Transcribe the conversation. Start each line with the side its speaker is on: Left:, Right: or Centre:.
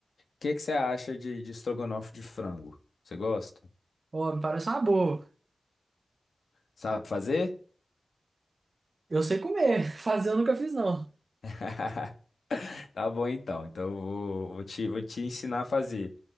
Left: que que você acha de, de estrogonofe de frango? Você gosta?
Right: Ó, me parece uma boa.
Left: Sabe fazer?
Right: Eu sei comer. <laughs> Fazer eu nunca fiz, não.
Left: <laughs> Tá bom então. Então eu vou, vou te, vou te ensinar a fazer.